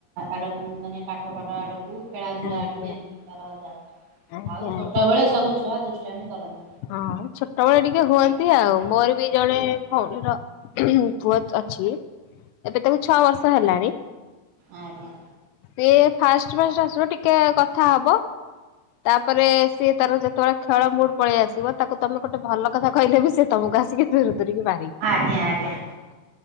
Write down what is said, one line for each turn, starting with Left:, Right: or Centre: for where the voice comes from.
Right: ଆଡକୁ ମାନେ ପା କବାଡ ଆଡକୁ ଖେଳା ବୁଲା
Left: ଆଜ୍ଞା।
Right: ଆଡକୁ ଏମିତି ତାର ଯାଉଛି
Left: ଆଜ୍ଞା
Right: ଆଉ ଛୋଟ
Left: ଆଜ୍ଞା
Right: ବେଳେ ସବୁ ଛୁଆ ଦୁ ଦୁଷ୍ଟାମୀ କରନ୍ତି।
Left: ହଁ ଛୋଟବେଳେ ଟିକେ ହୁଅନ୍ତି ଆଉ ମୋର ବି ଜଣେ ଭୋଉଣୀର ପୁଅ ଅଛି ଏବେ ତାକୁ ଛଅ ବର୍ଷ ହେଲାଣି।
Right: ଆଜ୍ଞା।
Left: ସେ ଫାଷ୍ଟ ଫାଷ୍ଟ ଆସିବ ଟିକେ କଥା ହବ ତାପରେ ସିଏ ତାର ଯେତେବେଳେ ଖେଳ ମୁଡ ପଳେଇ ଆସିବ ତାକୁ ତମେ ଗୋଟେ ଭଲ କଥା କହିଲେ ବି ସେ ତମକୁ ଆସିକି ଦୂରୁ ଦୂର କିି ବା
Right: ଆଜ୍ଞା ଆଜ୍ଞା।